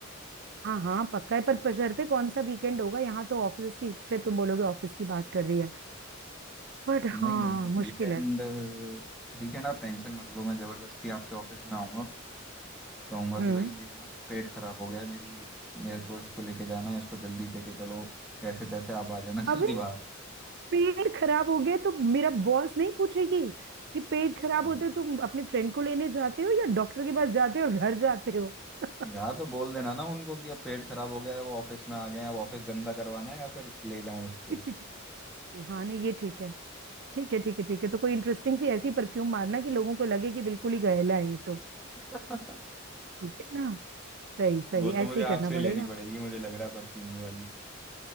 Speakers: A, on the right (about 55°); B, in the centre.
A: हाँ हाँ पक्का है पर बशर्ते कौन सा वीकेंड होगा यहाँ तो ऑफिस की फिर तुम बोलोगे ऑफिस की बात कर रही है बट
B: नहीं
A: हाँ
B: नहीं
A: मुश्किल
B: वीकेंड
A: है
B: वीकेंड आप टेंशन मत लो मैं जबरदस्ती आपके ऑफिस में आऊंगा कहूंगा
A: हम्म
B: कि भाई मेरा ना पेट खराब हो गया है मेरी मेरे को इसको लेके जाना है इसको जल्दी लेके चलो कैसे तैसे आप आ जाना <laughs>
A: अब
B: जल्दी बाहर
A: पेट खराब हो गया तो मेरा बॉस नहीं पूछेगी कि पेट खराब
B: हाँ
A: होते हो तुम अपने फ्रेंड को लेने जाते हो या डॉक्टर के पास जाते हो और घर जाते हो <laughs>
B: यार तो बोल देना ना उनको कि अब पेट खराब हो गया है वो ऑफिस में आ गए हैं अब ऑफिस गंदा करवाना है या फिर ले जाऊं इसको
A: ठीक ठीक ठीक हाँ नहीं ये ठीक है ठीक है ठीक है ठीक है तो कोई इंटरेस्टिंग सी ऐसी परफ्यूम मारना कि लोगों को लगे कि बिल्कुल ही गैला है ये तो
B: <laughs>
A: ठीक है ना सही सही
B: वो तो मुझे
A: ऐसे ही
B: आपसे
A: करना पड़ेगा
B: ही लेनी पड़ेगी मुझे लग रहा है परफ्यूम वाली